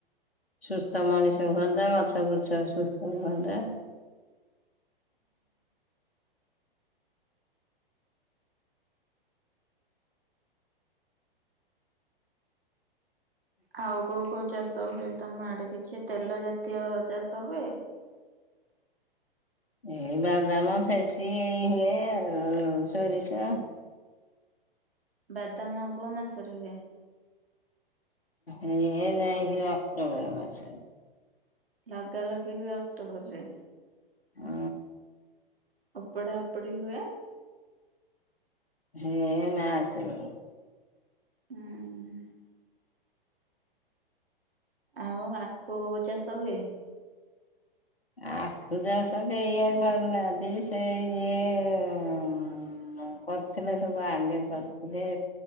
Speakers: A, on the left; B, on the right.
A: ସୁସ୍ଥ ମଣିଷ ହୁଅନ୍ତା ଗଛ ବୃଛ ସୁସ୍ଥ ହୁଅନ୍ତା।
B: ଆଉ କୋଉ କୋଉ ଚାଷ ହୁଏ। ତମ ଆଡେ କିଛି ତେଲ ଜାତୀୟ ଚାଷ ହୁଏ?
A: ଏ ବାଦାମ ଫେସି ଏଇ ହୁଏ ଆଉ ଶୋରିଷ।
B: ବାଦାମ କୋଉ ମାସରେ ହୁଏ?
A: ଏହେ ଯାଇକି ଅକ୍ଟୋବର ମାସରେ।
B: ଲଗା ଲଗି ହୁଏ ଅକ୍ଟୋବର ରେ।
A: ଆ
B: ଅପଢା ଓପଢି ହୁଏ।
A: ହେ ମାର୍ଚ୍ଚ ବେଳୁ।
B: ହୁଁ। ଆଉ ଆଖୁ ଚାଷ ହୁଏ।
A: ଆଖୁ ଚାଷ କେହି ଆଉ କରୁନାହାନ୍ତି ସେଇ ଯିଏ ଉଁ ମ୍। କରିଥିଲେ ସବୁ ଆଗେ କରିଥିଲେ